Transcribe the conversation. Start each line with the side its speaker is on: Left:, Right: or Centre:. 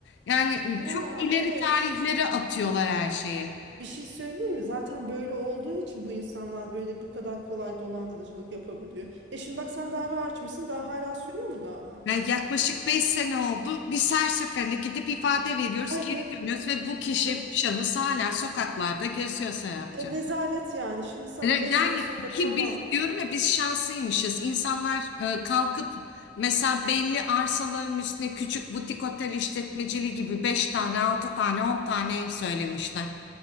Left: yani e,
Right: ya
Left: çok ileri
Right: evet.
Left: tarihlere atıyorlar her şeyi.
Right: Bir şey söyleyeyim mi? Zaten böyle olduğu için bu insanlar böyle bu kadar kolay dolandırıcılık yapabiliyor. E şimdi bak sen dava açmışsın. Daha hala sürüyor mu dava?
Left: Yani yaklaşık 5 sene oldu. Biz her seferinde gidip ifade veriyoruz,
Right: Ay
Left: geri
Right: böyle,
Left: dönüyoruz ve bu kişi,
Right: böyle
Left: bu şahıs hala sokaklarda geziyor Serapcığım.
Right: e, rezalet yani. Şimdi sana
Left: E,
Right: 5
Left: Yani
Right: sene sonra da
Left: ki
Right: tamam.
Left: biz diyorum ya biz şanslıymışız. İnsanlar e, kalkıp mesela belli arsaların üstüne küçük butik otel işletmeciliği gibi 5 tane, 6 tane, 10 tane ev söylemişler.